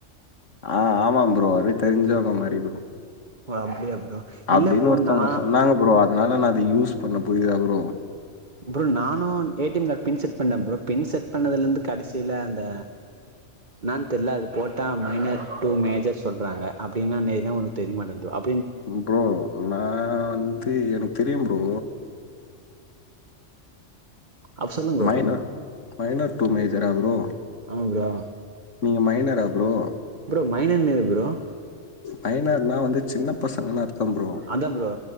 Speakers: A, on the left (about 80°); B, on the right (about 40°).
A: ஆ ஆமா ப்ரோ அவ்ரே தெரிஞ்சவங்க மாரி ப்ரோ
B: ஓ அப்டியா ப்ரோ
A: அப்டின்னு
B: இல்ல ப்ரோ
A: ஒருத்தவுங்க
B: நா
A: சொன்னாங்க ப்ரோ அதனால நா அத யூஸ் பண்ண புரியுதா ப்ரோ
B: ப்ரோ நானு A D M card pin set பண்ண ப்ரோ பின் செட் பண்ணதுலந்து கடசீல அந்த னான் தெர்ல அது போட்டா மைனர் டூ மேஜர் சொல்றாங்க அப்டின்னா <unintelligible> தெரியமாட்டுங்து அ
A: ப்ரோ நா வந்து எனக்கு தெரியும் ப்ரோ
B: அப் சொல்லுங்க
A: மைனர்
B: ப்ரோ இப்போ
A: மைனர் டூ மேஜரா ப்ரோ
B: ஆ ப்ரோ
A: நீங்க மைனரா ப்ரோ
B: ப்ரோ மைனன்னா எது ப்ரோ
A: மைனர்னா வந்து சின்ன பசங்கன்னு அர்த்தம் ப்ரோ.
B: அதாம் ப்ரோ